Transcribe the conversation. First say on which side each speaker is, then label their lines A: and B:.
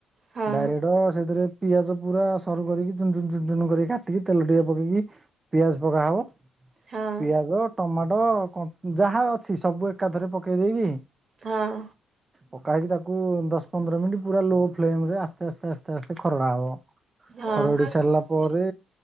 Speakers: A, on the right; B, on the right.
A: ହଁ
B: ଡାଇରେଡ ସେଥିରେ ପିଆଜ ପୁରା ସରୁ କରିକି ଚୁନ ଚୁନ ଚୁନ ଚୁନ କରିକି କାଟିକି ତେଲ ଟିକେ ପକେଇକି ପିଆଜ ପକାହବ।
A: ହଁ
B: ପିଆଜ ଟମାଟୋ କ ଯାହା ଅଛି ସବୁ ଏକାଥରେ ପକେଇ ଦେଇେଇକି
A: ହଁ।
B: ପକା ହେଇକି ତାକୁ ଦଶ ପନ୍ଦର ମିନିଟ୍ ପୁରା ଲୋ ଫ୍ଲେମ ରେ ଆସ୍ତେ ଆସ୍ତେ ଆସ୍ତେ ଆସ୍ତେ ଆସ୍ତେ ଖରଡା ହବ
A: ହଁ
B: ଖରଡି ସାରିଲା ପରେ